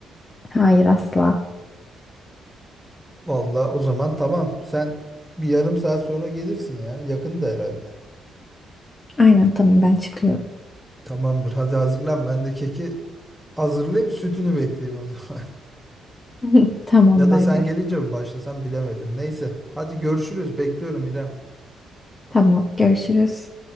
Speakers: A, on the left; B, in the centre.
A: Hayır asla.
B: Vallahi o zaman tamam. Sen bir yarım saat sonra gelirsin ya. Yakında herhalde.
A: Aynen tamam ben çıkıyorum.
B: Tamamdır. Hadi hazırlan. Ben de keki hazırlayayım. Sütünü bekleyeyim o zaman. <laughs>
A: <laughs> Tamam
B: Ya da
A: bay
B: sen
A: bay.
B: gelince mi başlasam bilemedim. Neyse. Hadi görüşürüz. Bekliyorum İrem.
A: Tamam görüşürüz.